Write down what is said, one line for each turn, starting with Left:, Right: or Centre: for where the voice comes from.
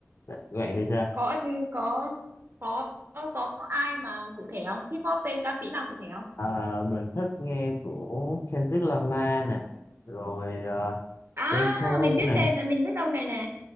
Left: vậy thì sao
Right: có có có có có có ai mà cụ thể không hip hop tên ca sĩ nào cụ thể không
Left: ờ, mình thích nghe của Kendrick Lamar này rồi ờ,
Right: à
Left: J. Cole
Right: mình biết
Left: này
Right: tên này mình biết ông này nè